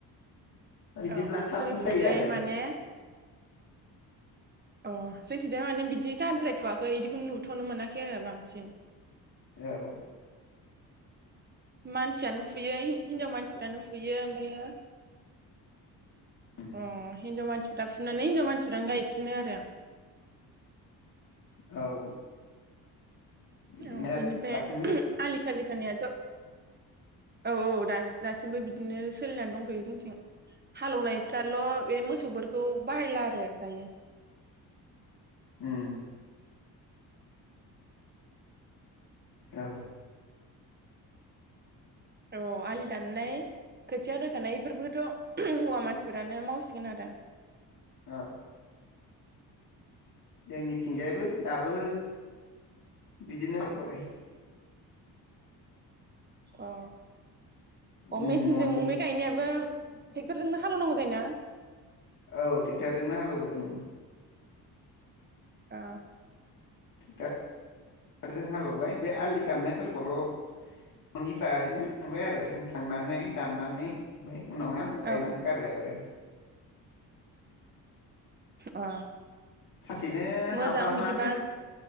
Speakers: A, on the left (about 55°); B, on the right (about 25°).
A: बिदिब्ला
B: औ अ
A: थाबसिन
B: जोंनिथिंजाय
A: जायो आरो
B: माने अ जोंनिथिजाय माने बिदि जाद्रायथ'वाखै इदिखौनो नुथ'नो मोनाखै आरो बांसिन।
A: औ
B: मानसियानो फुयो हिनजाव मानसिफ्रानो फुयो। फुयो
A: हायो
B: उम हिनजाव मानसिफोरा फुनानै हिनजाव मानसिफ्रानो गायफिनो आरो
A: औ बिदिनो
B: औ
A: आरो
B: इनिफाय
A: दासिमबो
B: आलि सालि खोनायाथ' औ औ दासि दासिमबो बिदिनो सोलिनानै दंथ'यो जोंनिथिं हालेवनायफ्राल' बे मोसौफोरखौ बाहायला आरो दायो।
A: उम औ
B: औ आलि दाननाय खोथिया रोगानायफोरबोथ' हौवा मानसिफोरानो मावसिगोन आरो
A: औ जोंनिथिंजायबो दाबो बिदिनोफोरखौलाय
B: अ अ
A: उम
B: मेचिनजों
A: न'नि
B: बे गायनायाबो ट्रेक्टरजों हालेवनांगौ जायो ना?
A: औ टेक्ट'रजोंनो हालेवो ओं
B: आ
A: टेक्टरजों हालेवबाय बे आलि दाननायफोरखौल' न'निफा बिनो थांबाय आरो थांनानै दाननानै ओमफाय उनाव हायाम गायनानै
B: औ
A: गारो आरो
B: अ
A: सानसेनो
B: मोजां
A: हाफ्रामोआनो
B: बिदिबा